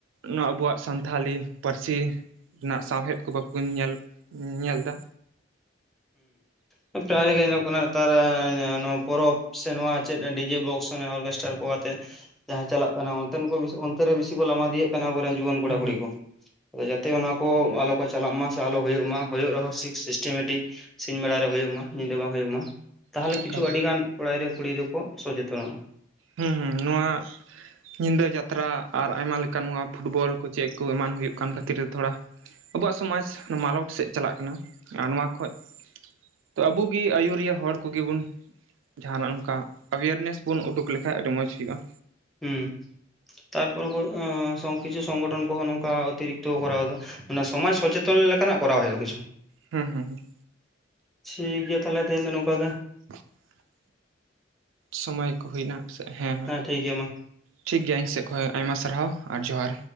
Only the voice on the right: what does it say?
ᱱᱚᱶᱟ ᱟᱵᱚᱣᱟᱜ ᱥᱟᱱᱛᱟᱲᱤ ᱯᱟᱹᱨᱥᱤ ᱨᱮᱱᱟᱜ ᱥᱟᱶᱦᱮᱫ ᱠᱚ ᱵᱟᱠᱚ ᱧᱮᱞ ᱧᱮᱞ ᱮᱫᱟ
ᱦᱩᱸ
ᱦᱩᱸ
ᱮᱠᱟᱞ
ᱦᱮᱸ ᱦᱮᱸ ᱱᱚᱣᱟ ᱧᱤᱫᱟᱹ ᱡᱟᱛᱨᱟ ᱟᱨ ᱟᱭᱢᱟᱠ ᱱᱚᱣᱟ ᱯᱷᱩᱴᱵᱚᱞ ᱠᱚ ᱪᱮᱫ ᱠᱚ ᱮᱢᱟᱱ ᱦᱩᱭᱩᱜ ᱠᱟᱱ ᱠᱷᱟᱹᱛᱤᱨ ᱛᱮ ᱛᱷᱚᱲᱟ ᱟᱵᱚᱣᱟᱜ ᱥᱚᱢᱟᱡᱽ ᱢᱟᱞᱚᱴ ᱥᱮᱫ ᱪᱟᱞᱟᱜ ᱠᱟᱱᱟ ᱟᱨ ᱱᱚᱣᱟ ᱠᱷᱚᱡ ᱛᱚ ᱟᱵᱚ ᱜᱮ ᱟᱹᱩᱨᱤᱭᱟᱹ ᱦᱚᱲ ᱠᱚᱜᱮ ᱵᱚᱱ ᱡᱟᱦᱟᱱᱟᱜ ᱱᱚᱝᱠᱟ ᱮᱣᱮᱨᱱᱮᱥ ᱵᱚᱱ ᱩᱰᱩᱠ ᱫᱩᱠ ᱞᱮᱠᱟᱱ ᱟᱹᱰᱤ ᱢᱚᱸᱡᱽ ᱦᱩᱭᱩᱜᱼᱟ
ᱦᱮᱸ ᱦᱮᱸ ᱦᱮᱸ
<inaudible> ᱥᱚᱢᱚᱭ ᱠᱚ ᱦᱩᱭᱱᱟ ᱦᱮᱸ
ᱴᱷᱤᱠᱜᱮᱭᱟ ᱤᱧ ᱥᱮᱫ ᱠᱷᱚᱡ ᱟᱭᱢᱟ ᱥᱟᱨᱦᱟᱣ ᱟᱨ ᱡᱚᱦᱟᱨ